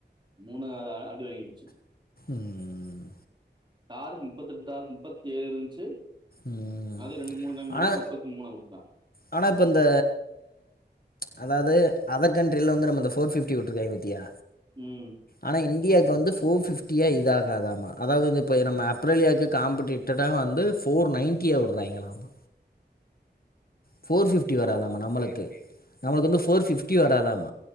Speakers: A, on the right (about 25°); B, on the left (about 55°).
A: மூணு <unintelligible> அடி வாங்கிருச்சு
B: ம்
A: தார்ரு முப்பத்தெட்டா <unintelligible> முப்பத்தி ஏழு இன்ச்சு
B: ம்
A: அதே ரெண்டு மூணு கம்மி பண்ணி
B: ஆனா
A: முப்பத்தி மூணு ஆ
B: ஆனா இப்ப இந்த அதாவுது அதர் கண்ட்ரில வந்து நம்ம இந்த ஃபோர் ஃபிப்ட்டி விட்ருக்காயிங் பத்தியா
A: ம்.
B: ஆனா இந்தியாக் இங்க வந்து ஃபோர் ஃபிஃப்டியா இத ஆாகாதாம்மா அதாவு வந்து இப்போ நம்ம அப்ரேலியாக்கு காம்படிட்டா வந்து ஃபோர் நைன்ட்டியா விடுறாயங்களாம்மா ஃபோர் பிஃப்டி
A: ஓ
B: வராதமா நம்மளுக்கு நம்மக்கு வந்து ஃபோர் பிஃப்டி வராதம்